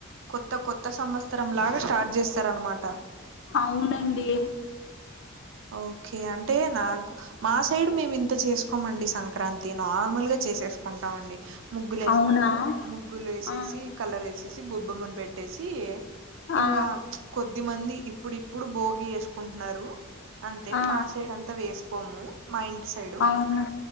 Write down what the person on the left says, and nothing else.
అవునండి
అవునా
ఆ
ఆ
ఆ
అవును